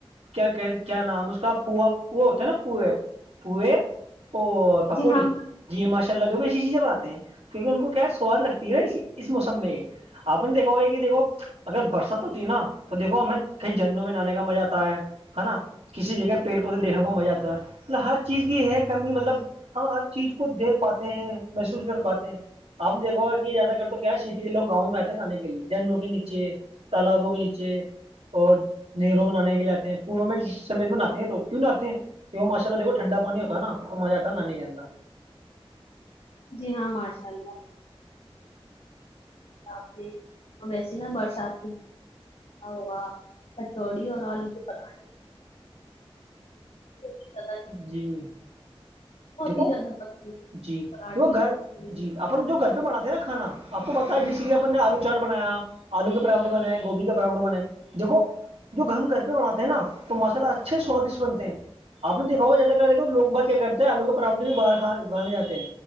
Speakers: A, on the right; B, on the left.
A: کیا کہتے کیا نام اس کا پوا پوا ہوتا ہے نا پوئے پوئے اور پکوی
B: جی ہاں
A: ماشا اللہ د ایسی چیزیں بناتے ہیں کیونکہ ان کو گیس ہو واد لگتی ہے نا اس اس موسم میں یہ آپ نے دیکھو گے کہ دیکھو اگر برسات ہوتی ہے نا تو دیکھو ہمیں کیں جھنڈوں میں نہے کا مزہ آتا ہے ہے نا کسی جگہ پیڑ پودے دیکھنے کو مزہ آتا ہے مطلب ہر چیز کی ہے کمی مطلب ہم ہر چیز کو دیکھ پاتے ہیں محسوس کر پاتے ہیں آپ دیکو گا کہ زیادہ کر تو کیا ہے سٹی کےوگ گاؤں میں آتے ہیں نا آنے کے لیے جنڈوں کے نیچے تالابوں کے نیچے اور نرو منانے کے لیے آتے ہیں کنواں میں جس سمیت مناتے ہیں لوگ کیوں نہ آتے ہیں کیہ ماشء ال دیکھ ٹھنڈا پانی ہوتا نا تو مزہ آتا نانی کے اندر
B: جی ہاں ماشاء اللہ آپ ویسے نہا برسات اوو کچوڑی اور آلو کے پراٹھے ج
A: جی دیکھو
B: ہی زیادہ پسند ہے
A: جی
B: پراٹھے
A: دیکھو
B: اور
A: گھر
B: کچوڑی۔
A: جی اپن جو کرھر بناتے ہیں نا کانا آپ کو بتتا ہے جس لی اپ نے آلو چاٹ بنایا آلو کے پراؤھے بنائے گوبھی کا پراؤھے بن دیکو جو ہم گھر پہ بناتے ہیں نا تو مسالہ اچھے سوادشٹ بنتے ہیں آپ نے دکھاؤ زیادہ کر دیکوگ با کیا کرتے ہیں آلو کے پراٹھے بھی باہرھ گانےاتے ہیں